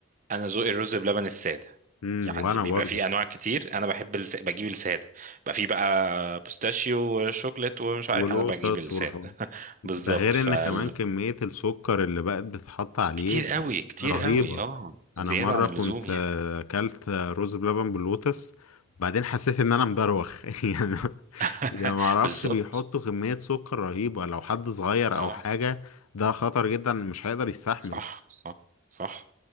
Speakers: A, on the right; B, on the left.
A: انا ذوقي الرز بلبن الساده
B: امم
A: يعني
B: وانا
A: بيبقى
B: برضو
A: فيه انواع كتير انا بحب الس... بجيب الساده بيبقى فيه بقى بوستاشيو وشوكليت ومش عارف
B: ولوتس
A: انا بجيب الساده
B: والحوار
A: <laughs>
B: ده
A: بالظبط
B: غير
A: فال
B: ان كمان كمية السكر اللي بقت بتتحط عليه
A: كتير
B: بقت
A: قوي كتير
B: رهيبة
A: قوي اه
B: انا
A: زياده
B: مرة
A: عن اللزوم
B: كنت
A: يعني
B: آه، اكلت آه، رز بلبن باللوتس بعدين حسيت ان انا مدروخ <laughs> يعني
A: <laughs>
B: يا ما اعرفش
A: بالظبط
B: بيحطوا كمية سكر رهيبة لو حد صغير
A: اه
B: او حاجة ده خطر جدا مش هيقدر يستحمل
A: صح صح صح